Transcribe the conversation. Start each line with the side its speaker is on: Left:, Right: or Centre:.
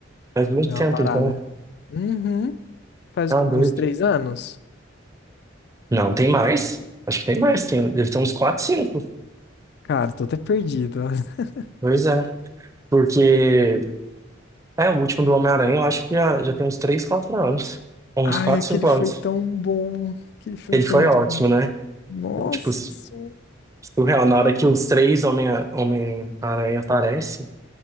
Right: Faz muito
Left: dei
Right: tempo,
Left: uma parada.
Right: então.
Left: Uhum. Faz
Right: Tá doido.
Left: uns três anos.
Right: Não, tem mais. Acho que tem mais. Tem, deve ter uns 4, 5.
Left: Cara, tô até perdido. <laughs>
Right: Pois é. Porque. É, o último do Homem-Aranha, eu acho que já, já tem uns 3, 4 anos. Uns
Left: Ai,
Right: 4,
Left: aquele
Right: 5
Left: foi
Right: anos.
Left: tão bom. Aquele filme
Right: Ele
Left: foi
Right: foi
Left: muito
Right: ótimo,
Left: bom.
Right: né?
Left: Nossa
Right: Tipo, su-
Left: senhora.
Right: surreal. Na hora que os três Homem- Homem-Aranha aparecem,